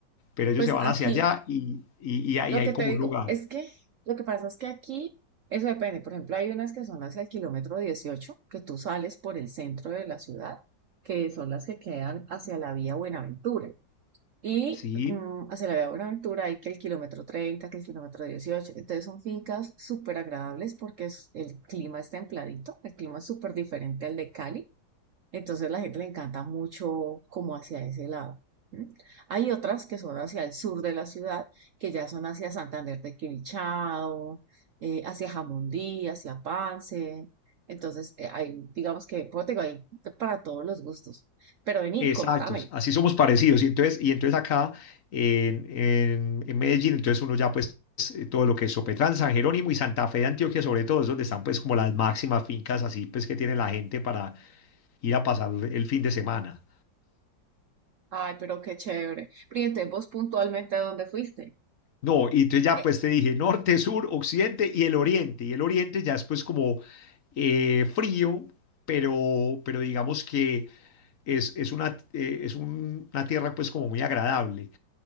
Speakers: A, on the left; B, on the right.
A: pero ellos
B: Pues
A: se van
B: aquí
A: hacia allá y, y, y ahí
B: Lo
A: hay
B: que te
A: como
B: digo
A: un lugar,
B: es que lo que pasa es que aquí eso depende. Por ejemplo, hay unas que son hacia el kilómetro 18 que tú sales por el centro de la ciudad, que son las que quedan hacia la vía Buenaventura. Y
A: ¿sí?
B: mm, hacia la vía Buenaventura hay que el kilómetro 30, que el kilómetro 18. Entonces son fincas súper agradables porque es- el clima es templadito, el clima es súper diferente al de Cali. Entonces la gente le encanta mucho como hacia ese lado. ¿m? Hay otras que son hacia el sur de la ciudad, que ya son hacia Santander de Quilichao, eh, hacia Jamundí, hacia Pance. Entonces, eh, hay, digamos que, pues, te digo, hay para todos los gustos. Pero vení,
A: Exactos,
B: contame.
A: así somos parecidos. Y entonces, y entonces acá en, en- en Medellín, entonces uno ya pues eh, todo lo que es Sopetrán, San Jerónimo y Santa Fe de Antioquia, sobre todo, es donde están pues como las máximas fincas así pues que tiene la gente para ir a pasar el fin de semana.
B: Ay, pero qué chévere. Pero ¿y entonces vos puntualmente, ¿a dónde fuiste?
A: No, y entonces ya
B: Eh,
A: pues te dije norte, sur, occidente y el oriente. Y el oriente ya es pues como eh, frío, pero, pero digamos que es, es una, eh, es un- una tierra pues como muy agradable